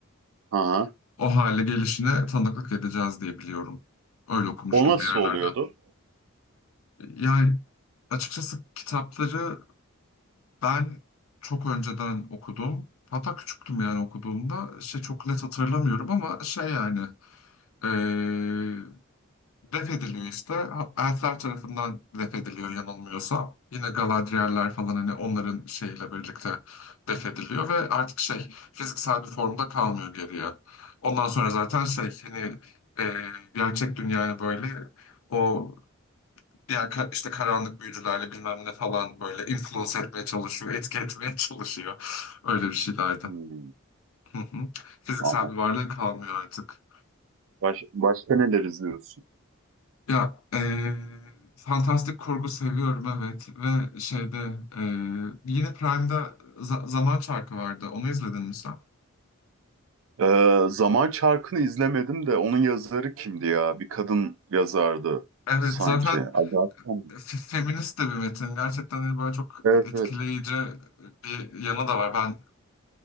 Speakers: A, on the right (about 65°); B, on the left (about 75°).
A: Aha.
B: O hale gelişine tanıklık edeceğiz diye biliyorum. Öyle okumuştum
A: O nasıl
B: bir yerlerde.
A: oluyordu?
B: Yani açıkçası kitapları Ben çok önceden okudum. Hatta küçüktüm yani okuduğumda. Şey çok net hatırlamıyorum ama şey yani eee def ediliyor işte. Ha- Elfler tarafından def ediliyor yanılmıyorsam. Yine Galadriel'ler falan hani onların şeyiyle birlikte def ediliyor ve artık şey fiziksel bir formda kalmıyor geriye. Ondan sonra zaten şey hani eee, gerçek dünyaya böyle o diğer ka- işte karanlık büyücülerle bilmem ne falan böyle influence etmeye çalışıyor, etki etmeye çalışıyor. Öyle bir şeylerdi.
A: Hmm,
B: Hı hı. Fiziksel
A: ama
B: bir varlığı kalmıyor artık.
A: baş, başka neler izliyorsun?
B: Ya eee, fantastik kurgu seviyorum evet ve şeyde eee, yine Prime'da za- Zaman Çarkı vardı. Onu izledin mi sen?
A: E, Zaman Çarkı'nı izlemedim de onun yazarı kimdi ya? Bir kadın yazardı
B: Evet
A: sanki.
B: zaten
A: Agatha mı?
B: f- feminist de bir metin. Gerçekten hani böyle çok
A: Evet
B: etkileyici
A: evet.
B: bir yanı da var. Ben